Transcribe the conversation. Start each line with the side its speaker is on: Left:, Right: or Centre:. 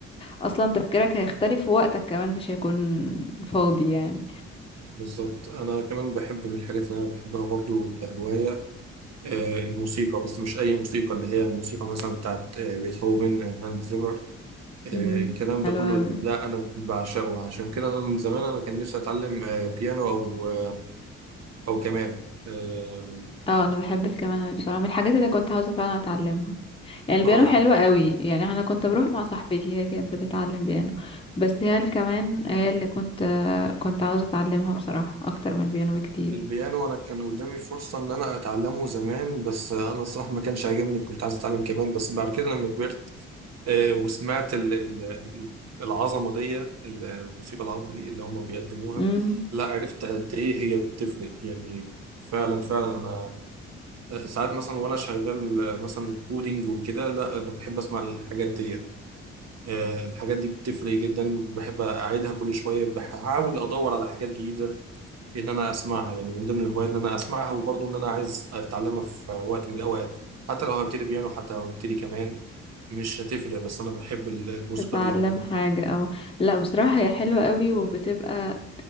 Left: اصلا تفكيرك هيختلف ووقتك كمان مش هيكون فاضي يعني
Right: بالظبط انا كمان بحب من الحاجات اللي انا بحبها برضو كهوايه آه، الموسيقى بس مش اي موسيقى اللي هي الموسيقى مثلا بتاعت آه، بيتهوفن آه، هانز زيمر آه،
Left: مم.
Right: الكلام ده
Left: حلو
Right: كله
Left: أوي
Right: ده انا بعشقه عشان كده انا من زمان انا كان نفسي اتعلم آه، بيانو او آه، او كمان اه
Left: اه انا بحب الكمان اوي بصراحه من الحاجات اللي كنت عاوزه فعلا اتعلمها يعني البيانو
Right: آه،
Left: حلو
Right: الح-
Left: قوي يعني انا كنت بروح مع صاحبتي هي كانت بتتعلم بيانو بس هي الكمان هي اللي كنت كنت عاوزه اتعلمها بصراحه اكتر من البيانو بكتير
Right: البيانو انا كان قدامي فرصة ان انا اتعلمه زمان بس آه، انا الصراحة ما كانش عاجبني كنت عايز اتعلم كمان بس بعد كده لما كبرت آه، وسمعت ال- ال- العظمة دي ال- الموسيقى العظمة دي اللي هم بيقدموها
Left: امم
Right: لا عرفت قد ايه هي بتفرق يعني فعلا فعلا ساعات مثلا وانا شغال مثلا كودينج وكده لا بحب اسمع الحاجات دي آه، الحاجات دي بتفرق جدا بحب اعيدها كل شويه بحاول ادور على حاجات جديده ان انا اسمعها يعني من ضمن الهوايات ان انا اسمعها وبرضه ان انا عايز اتعلمها في وقت من الاوقات حتى لو هبتدي بيانو حتى لو هبتدي كمان مش هتفرق بس انا بحب ال- الموسيقى
Left: تتعلم
Right: دي عموما
Left: حاجه او لا بصراحه هي حلوه قوي وبتبقى